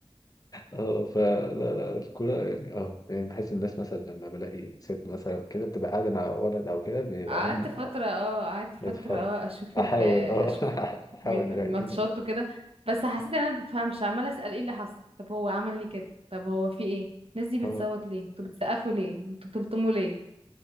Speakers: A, on the left (about 35°); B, on the right (about 65°).
A: اه فلا لا الكرة يعني اه يعني بحس الناس مثلا لما بلاقي ست مثلا كده بتبقى قاعدة مع ولد أو كده بيبقى
B: قعدت
A: هم
B: فترة
A: آه،
B: اه قعدت فترة
A: بيتفرج
B: اه اشوف
A: أحاول
B: ال
A: اه
B: اشوف
A: <laughs> أحاول يعني
B: ماتشات وكده بس حسيت ان انا مبفهمش عمالة اسأل ايه اللي حصل طب هو عمل ليه كده طب هو في ايه الناس دي
A: اه
B: بتصوت ليه انتوا بتسقفوا ليه انتوا بتلطموا ليه